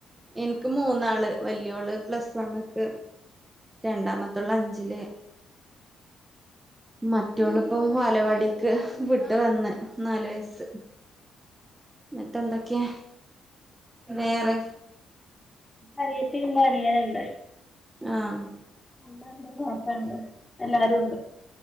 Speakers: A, on the right; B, on the left.
A: ഇൻക്ക് മൂന്നാള് വലിയോള് പ്ലസ് വണ്ണ്ക്ക്‌ രണ്ടാമത്തോള് അഞ്ചില് മറ്റോളിപ്പം വാലവാടിക്ക് വിട്ട് വന്ന് നാലു വയസ് എന്നിട്ട് ന്തൊക്കെ വേറെ
B: അനിയത്തീണ്ട് അനിയനുണ്ട്
A: ആഹ്
B: ഉമ്മ ഉണ്ട് വാപ്പ ഉണ്ട് എല്ലാരും ഉണ്ട്